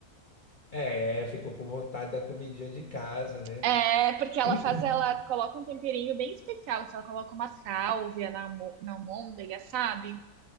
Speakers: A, on the left (about 35°); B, on the right (about 70°).
A: É, ficou com vontade da comidinha de casa, né?
B: É, porque ela
A: <clears throat>
B: faz, ela coloca um temperinho bem especial, se ela coloca uma sálvia na, almo- na almôndega, sabe?